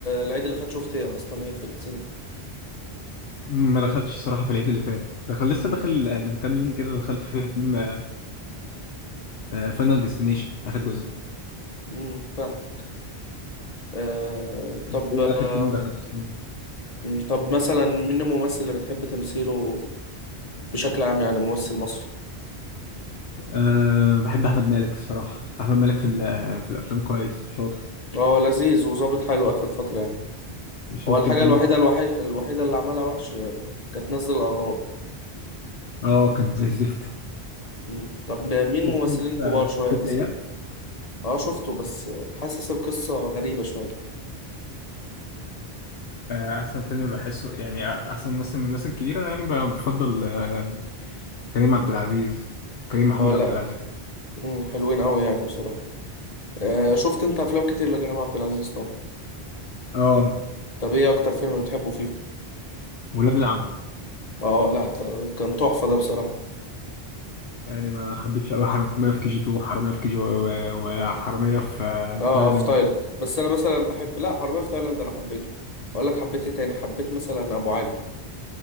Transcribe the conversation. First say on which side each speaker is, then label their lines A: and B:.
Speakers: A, on the left (about 40°); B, on the left (about 70°).
A: العيد اللي فات شفت ايه اصلا ايه في السينما
B: ما دخلتش الصراحه في العيد اللي فات دخل لسه
A: امم
B: داخل آه، من كام يوم كده دخلت فيلم فاينل ديستنيشن اخر جزء
A: امم فاهم أه طب
B: أنت ايه اخر
A: أه
B: فيلم دخلت السينما
A: مم، طب مثلا مين الممثل اللي بتحب تمثيله بشكل عام يعني ممثل مصري
B: أه بحب احمد مالك الصراحه احمد مالك في ال- آه، في الافلام كويس شاطر
A: هو لذيذ وظابط حلو آخر فترة يعني
B: شفت
A: هو الحاجة
B: الفيلم
A: الوحيدة الوحش الوحيدة اللي عملها وحش آه، كانت نزل الأغراب
B: اه كان زي الزفت
A: مم. طب مين
B: شفت
A: ممثلين
B: انت
A: كبار شوية
B: ست
A: مثلا
B: ايام
A: اه شفته بس آه، حاسس القصة غريبة شوية
B: آه، احسن فيلم بحسه يعني آه، احسن ممثل من الناس الكبيره يعني ب- بفضل آه، كريم عبد العزيز كريم محمود
A: اه لا
B: عبد العزيز
A: مم، حلوين أوي يعني بصراحة آه شفت انت أفلام كتير لكريم عبد العزيز طبعا
B: اه
A: طب ايه أكتر فيلم بتحبه فيهم؟
B: ولاد العم
A: اه لا ت- كان تحفة ده بصراحة
B: يعني ما حبيتش قوي حراميه في كي جي 2 وحراميه في كي جي وحراميه في آه،
A: اه
B: تايلاند
A: آه، في تايلاند بس أنا مثلا بحب لا حرامية في تايلاند أنا حبيته أقول لك حبيت ايه تاني حبيت مثلا أبو علي